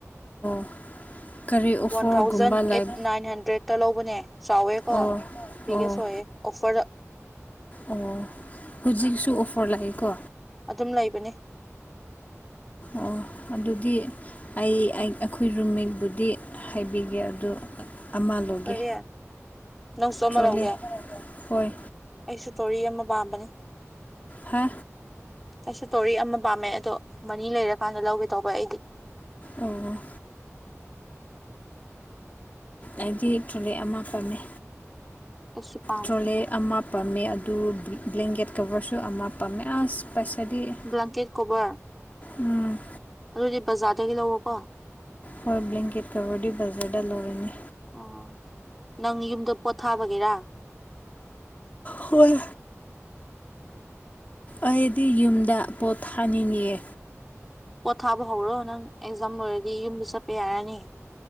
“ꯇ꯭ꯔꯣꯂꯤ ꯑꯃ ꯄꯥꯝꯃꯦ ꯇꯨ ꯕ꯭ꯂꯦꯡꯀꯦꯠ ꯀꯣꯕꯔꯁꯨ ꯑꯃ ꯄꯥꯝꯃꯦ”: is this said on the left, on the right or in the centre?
Left